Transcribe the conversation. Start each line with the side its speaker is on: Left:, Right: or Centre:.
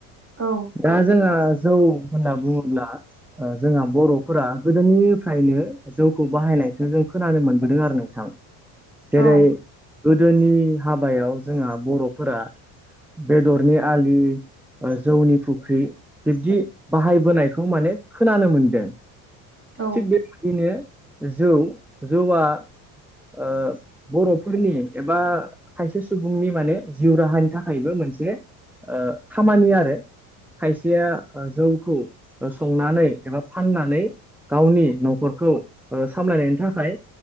Right: औ
Centre: दा जोंहा जौ होनना बुङोब्ला ओ जोंहा बर'फोरा गोदोनिफ्रायनो जौखौ बाहायनायखो जों खोनानो मोनबोदों आरो नोंथां जेरै
Right: औ
Centre: गोदोनि हाबायाव जोंहा बर'फोरा बेदरनि आलि ओ जौनि फुख्रि बिब्दि बाहायबोनायखौ माने खोनानो मोनदों
Right: औ
Centre: थिग बेबायदिनो जौ-जौआ ओ बर'फोरनि एबा खायसे सुबुंनि माने जिउ राहानि थाखायबो मोनसे ओ खामानि आरो खायसेया ओ जौखौ ओ संनानै एबा फाननानै गावनि न'खरखौ ओ सामलायनायनि थाखाय